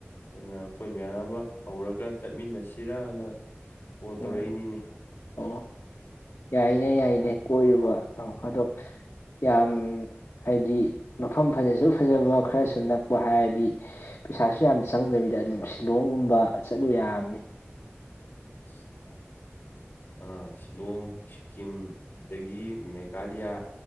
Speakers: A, on the left; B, on the left.
A: ꯑꯗꯨꯅꯦ ꯑꯩꯈꯣꯏꯒꯤ ꯌꯥꯝꯃ ꯍꯧꯔꯒ ꯆꯠꯃꯤꯟꯅꯁꯤꯔꯅ ꯀꯣꯜ ꯇꯧꯔꯛꯏꯅꯤꯅꯦ
B: ꯎꯝ ꯑꯣ ꯌꯥꯏꯅꯦ ꯌꯥꯏꯅꯦ ꯀꯣꯏꯌꯨꯕ ꯑꯧ ꯑꯗꯣ ꯌꯥꯝ ꯍꯥꯏꯗꯤ ꯃꯐꯝ ꯐꯖꯁꯨ ꯐꯖꯕ ꯈꯔꯁꯨ ꯅꯛꯄ ꯍꯥꯏꯔꯗꯤ ꯄꯩꯁꯥꯁꯨ ꯌꯥꯝ ꯆꯪꯗꯕꯤꯗ ꯑꯗꯨꯝ ꯁꯤꯂꯣꯡꯒꯨꯝꯕ ꯆꯠꯂꯨ ꯌꯥꯕꯅꯦ
A: ꯁꯤꯠ ꯑ ꯁꯤꯂꯣꯡ ꯁꯤꯀꯤꯝꯗꯒꯤ ꯃꯦꯒꯥꯂꯤꯌꯥ